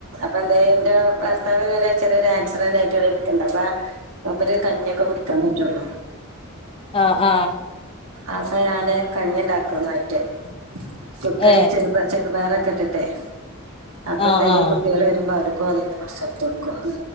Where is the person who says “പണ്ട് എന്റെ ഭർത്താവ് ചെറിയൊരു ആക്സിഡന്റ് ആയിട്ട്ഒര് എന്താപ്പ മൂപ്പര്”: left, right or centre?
Right